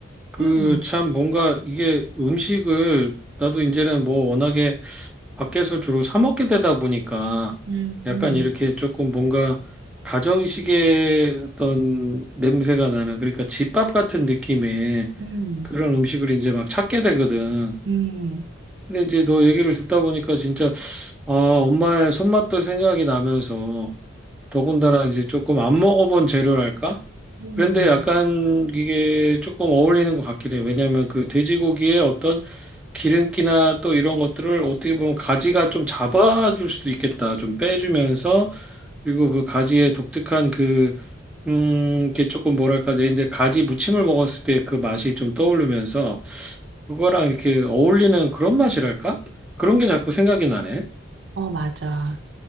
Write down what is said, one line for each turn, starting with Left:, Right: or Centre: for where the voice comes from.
Centre: 그
Right: 음,
Centre: 참 뭔가 이게 음식을 나도 이제는 뭐 워낙에 밖에서 주로 사 먹게 되다 보니까
Right: 음,
Centre: 약간
Right: 음,
Centre: 이렇게 조금 뭔가 가정식의 어떤 냄새가 나는 그러니까 집밥 같은 느낌의
Right: 음,
Centre: 그런 음식을 이제 막 찾게 되거든.
Right: 음,
Centre: 근데 이제 너 얘기를 듣다 보니까 진짜 아, 엄마의 손맛도 생각이 나면서 더군다나 이제 조금 안 먹어본 재료랄까?
Right: 음.
Centre: 그런데 약간 이게 조금 어울리는 것 같긴 해. 왜냐하면 그 돼지고기의 어떤 기름기나 또 이런 것들을 어떻게 보면 가지가 좀 잡아줄 수도 있겠다. 좀 빼주면서 그리고 그 가지의 독특한 그, 음, 이게 조금 뭐랄까, 이제 가지 무침을 먹었을 때 그 맛이 좀 떠오르면서 그거랑 이렇게 어울리는 그런 맛이랄까? 그런 게 자꾸 생각이 나네.
Right: 어 맞아.